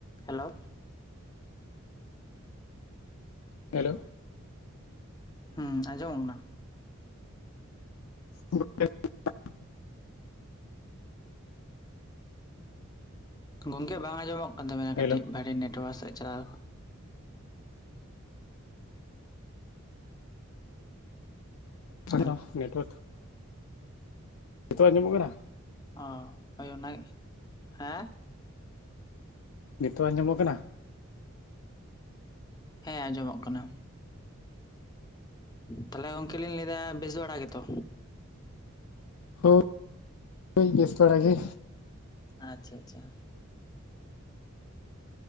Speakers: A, on the left; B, on the left.
A: Hello
B: hello
A: ᱦᱮᱸ ᱟᱸᱡᱚᱢᱚᱜ ᱠᱟᱱᱟ?
B: <unintelligible>
A: ᱜᱚᱝᱠᱮ ᱵᱟᱝ ᱟᱸᱡᱚᱢᱚᱜ ᱠᱟᱱ ᱛᱟᱵᱮᱱᱟ
B: ᱦᱮᱞᱳ
A: ᱠᱟᱹᱴᱤᱡ ᱵᱷᱷᱟᱤ ᱱᱮᱴᱣᱟᱨᱠ ᱥᱮᱫ ᱪᱟᱞᱟᱣ ᱚ
B: ᱱᱟᱨ ᱱᱤᱛᱚ ᱟᱸᱡᱚᱢᱚᱜ ᱠᱟᱱᱟ᱾
A: ᱚ ᱳᱭ ᱚᱱᱟᱱᱟᱜ ᱦᱮᱸ
B: ᱱᱤᱛᱚᱜ ᱟᱸᱡᱚᱢᱚᱜ ᱠᱟᱱᱟ?
A: ᱦᱮᱸ ᱟᱸᱡᱚᱢᱚᱜ ᱠᱟᱱᱟ᱾ ᱛᱟᱦᱞᱮ ᱩᱱᱚᱱᱠᱤᱱ ᱞᱤᱧ ᱞᱟᱹᱭᱫᱟ ᱵᱮᱥ ᱟᱲᱟ ᱜᱮᱛᱚ?
B: ᱦᱳᱭ ᱵᱮᱥ ᱵᱟᱲᱟ ᱜᱮ᱾
A: ᱟᱪᱪᱷᱟ ᱟᱪᱪᱷᱟ